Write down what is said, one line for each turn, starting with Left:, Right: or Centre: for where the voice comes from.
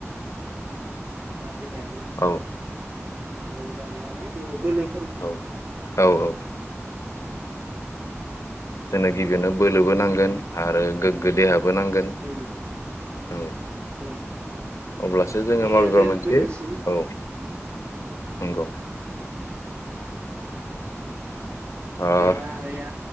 Right: देहायाबो एसे
Left: औ
Right: मोजां बेयाव बोलो
Left: औ औ औ
Right: <unintelligible>
Left: जोंनो गिबियैनो बोलोबो नांगोन आरो गोग्गो देहाब बोनांगोन
Right: औ
Left: औ
Right: औ
Left: अब्लासो जोङो
Right: देहायानो
Left: माबेबा मोनसे
Right: गोदोरसिन
Left: औ नंगौ ओ
Right: देहाया